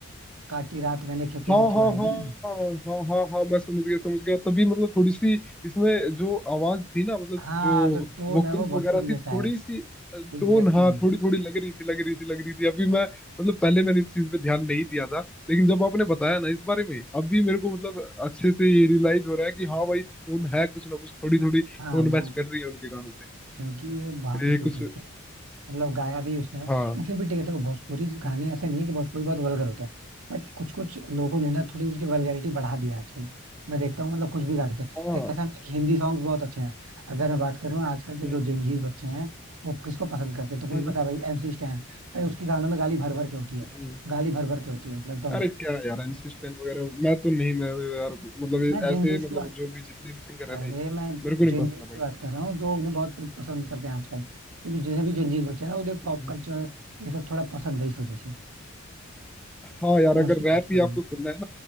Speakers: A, on the right; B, in the centre.
A: काटी रात मैंने खेते
B: हाँ
A: में क्यों
B: हाँ
A: आई
B: हाँ
A: नहीं
B: हाँ हाँ हाँ हाँ, मैं समझ गया समझ गया तभी मतलब थोड़ी सी इसमें जो आवाज थी ना मतलब
A: हाँ
B: जो
A: जो टोन
B: वोकल्स
A: है वो भोजपुरी
B: वगैरह
A: जैसा
B: थी थोड़ी
A: है
B: सी टोन
A: Exactly
B: हाँ
A: exactly.
B: थोड़ी थोड़ी लग रही थी लग रही थी लग रही थी अभी मैं मतलब पहले मैंने इस चीज पे ध्यान नहीं दिया था लेकिन जब आपने बताया ना इस बारे में अभी मेरे को मतलब अच्छे से ये रियलाइज हो रहा है कि हाँ भाई टोन है कुछ ना कुछ थोड़ी थोड़ी
A: हाँ
B: टोन
A: वो
B: मैच कर रही है उनके गानों से
A: क्योंकि ये वहां पे
B: ये
A: शूट
B: कुछ
A: हुई थी मतलब गाया भी उसने है लेकिन
B: हाँ
A: फिर भी ठीक है देखो भोजपुरी गाने
B: हम्म,
A: ऐसे नहीं है कि भोजपुरी बहुत वल्गर होते हैं बट कुछ कुछ लोगों ने ना
B: हम्म।
A: थोड़ी उनकी वल्गैरिटी बढ़ा दी है आजकल मैं देखता हूँ मतलब कुछ भी गा देते हैं
B: हाँ
A: खैर, ऐसा नहीं है कि हिंदी सॉन्ग्स बहुत अच्छे हैं अगर मैं बात करूँ आजकल तो
B: हम्म
A: जो जंजीर बच्चे हैं वो किसको पसंद करते हैं तुमको
B: हम्म,
A: भी पता है भाई एमसी स्टैन भाई उसके गानों में गाली भर भर के होती है
B: हम्म।
A: गाली भर भर के होती है मतलब एकदम
B: अरे क्या यार इंसिस्टेंट वगैरह मैं तो नहीं मैं तो यार मतलब ये
A: मैं जंजीर
B: ऐसे मतलब
A: की बात
B: जो भी जितने भी सिंगर है
A: अरे
B: ना
A: मैं
B: मेरे को नहीं
A: जंजीर
B: पसंद है भाई
A: की बात कर रहा हूँ जो उन्हें बहुत पसंद करते हैं आजकल क्योंकि जिन्हें भी जंजीर बच्चे हैं ना उन्हें पॉप
B: हम्म।
A: कल्चर ये सब थोड़ा पसंद है इस वजह से
B: हाँ यार
A: मैं
B: अगर
A: उसकी
B: रैप
A: बात कर
B: ही
A: रहा
B: आपको
A: हूँ
B: सुनना है